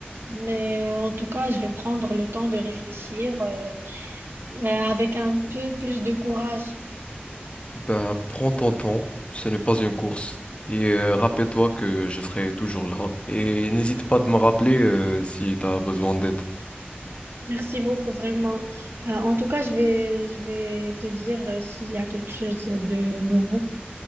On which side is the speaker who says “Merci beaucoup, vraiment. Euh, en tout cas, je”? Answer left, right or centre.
Right